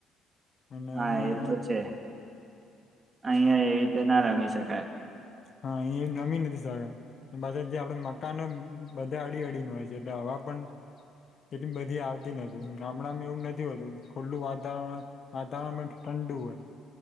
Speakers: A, on the left (about 40°); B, on the right (about 20°).
A: અને
B: હા
A: અયા
B: એ તો છે અહિયાં એવી રીતે ના રમી શકાય
A: હા એ નમી નથી શકાય પાછા જે આપડે મકનો બધા અડી અડીને હોય છે, એટલે આ વા પન એટલી બધી આવતી નથી ગામડામાં એવું નથી હોતું ખુલ્લું વાતાવરણ વાતાવરણ પણ ઠંડુ હોય